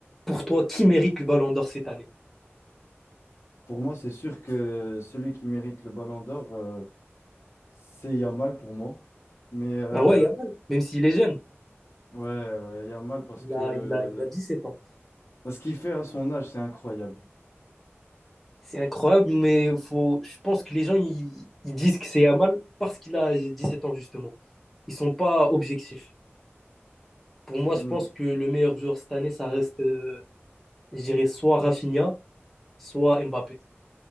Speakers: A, in the centre; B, on the left.
A: Pour toi, qui mérite le ballon d'or cette année?
B: Pour moi, c'est sûr que celui qui mérite le Ballon d'Or, euh, c'est Yamal pour moi. Mais euh,
A: Ah ouais, Yamal, même s'il est jeune.
B: ouais, ouais, Yamal parce
A: Il
B: que
A: a, il a, il a 17 ans.
B: ce qu'il fait à son âge, c'est incroyable.
A: C'est incroyable, mais faut, je pense que les gens ils, ils disent que c'est Yamal parce qu'il a 17 ans, justement. Ils sont pas objectifs. Pour moi,
B: Mm.
A: je pense que le meilleur joueur cette année, ça reste, euh, je dirais, soit Rafinha, soit Mbappé.